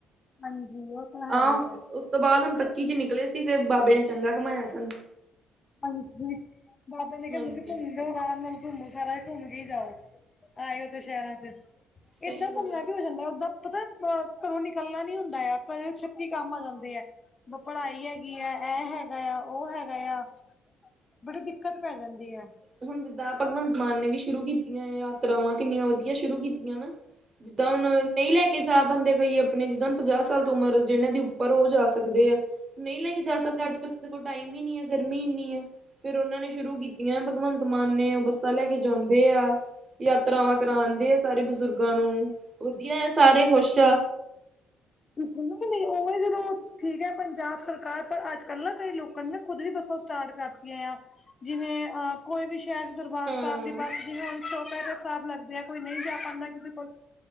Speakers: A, on the left (about 30°); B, on the right (about 35°).
A: ਹਾਂਜੀ ਉਹ ਤਾਂ
B: ਹਾਂ।
A: ਹੈ ਹੀ ਹੈ
B: ਉਸ ਤੋ, ਬਾਅਦ ਹੁਣ ਪੱਚੀ'ਚ ਨਿਕਲੇ ਤੇ, ਫਿਰ ਬਾਬੇ ਨੇ ਚੰਗਾ ਘੁਮਾਇਆ ਸਾਨੂੰ।
A: ਹਾਂਜੀ। ਬਾਬੇ ਨੇ ਕਿਹਾ
B: ਹਾਂਜੀ
A: ਮਥੇ ਘੁੰਮ ਦਾ ਆਰਾਮ ਨਾਲ ਘੁੰਮੋ ਸਾਰਾ ਘੁੰਮ ਕੇ ਜਾਓ, ਆਏਓ ਤਾ ਸ਼ਹਿਰਾਂ'ਚ
B: ਸਹੀ
A: ਏਦਾਂ
B: ਗੱਲ
A: ਘੁੰਮਣਾ ਕੀ ਹੋ ਜਾਂਦਾ, ਓਦਾਂ ਪਤਾ ਘਰੋਂ ਨਿਕਲਣਾ ਨੀ ਹੁੰਦਾ ਤਾਂ, ਆਪਾਂ ਜਦੋਂ ਛੱਤੀ ਕੰਮ ਆ ਜਾਂਦੇ ਆ। ਵ ਪੜ੍ਹਾਈ ਹੈਗੀ ਆ, ਇਹ ਹੈਗਾ ਤਾਂ, ਉਹ ਹੈਗਾ ਯਾ ਬੜੀ ਦਿੱਕਤ ਪੈ ਜਾਂਦੀ ਹੈ।
B: ਹੁਣ ਜਿੱਦਾਂ ਭਗਵੰਤ ਮਾਨ ਨੇ ਵੀ ਸ਼ੁਰੂ ਕੀਤੀਆਂ ਆ ਯਾਤਰਾਵਾਂ, ਕਿੰਨੀਆਂ ਵਧੀਆ ਸ਼ੁਰੂ ਕੀਤੀਆਂ ਨਾ। ਜਿੱਦਾਂ ਹੁਣ ਨਹੀਂ ਲੈਕੇ ਜਾ ਬੰਦੇ ਗਈ ਆਪਣੀ ਜਿੱਦਾਂ ਹੁਨ, ਪੰਜਾਹ ਸਾਲ ਤੋਂ ਉਮਰ ਜਿਹਨਾਂ ਦੀ ਉੱਪਰ ਉਹ ਜਾ ਸਕਦੇ ਐ। ਨਹੀਂ ਲੈਕੇ ਜਾ ਸਕਦੇ, ਅੱਜ- ਕੱਲ ਕੋਲ ਟਾਈਮ ਵੀ ਨੀ ਐ, ਗਰਮੀ ਇੰਨੀ ਆ ਫੇਰ ਉਹਨਾਂ ਨੇ ਸ਼ੁਰੂ ਕੀਤੀਆਂ ਭਗਵੰਤ ਮਾਨ ਨੇ ਉਹ ਬੱਸਾਂ ਲੈਕੇ ਜਾਂਦੇ ਆ। ਯਾਤਰਾਵਾਂ ਕਰਾਂਦੇ ਆ ਸਾਰੇ ਬਜ਼ੁਰਗ ਗਾਂ, ਨੂੰ ਵਧੀਆ ਆ ਸਾਰੇ ਖ਼ੁਸ਼ ਆ।
A: ਨਹੀਂ ਨਹੀਂ ਉਵੇਂ ਠੀਕ ਐ ਪੰਜਾਬ ਸਰਕਾਰ, ਪਰ ਅੱਜ-ਕੱਲ ਨਾ ਕਈ ਲੋਕਾਂ ਨੇ ਨਾ, ਖੁਦ ਵੀ ਬੱਸਾਂ ਸਟਾਰਟ ਕਰਤੀਆਂ ਆ। ਜਿਵੇਂ ਅਹ ਕੋਈ ਵੀ ਸ਼ਹਿਰ ਦਰਬਾਰ
B: ਹਾਂ।
A: ਸਾਹਿਬ ਦੀ ਬੱਸ, ਜਿਵੇਂ ਹੁਣ ਚੌ'ਪਹਿਰੇ ਸਾਹਿਬ ਲੱਗਦੇ ਆ ਕੋਈ ਨਹੀਂ ਜਾ ਪਾਂਦਾ, ਕਿਸੇ ਕੋਲ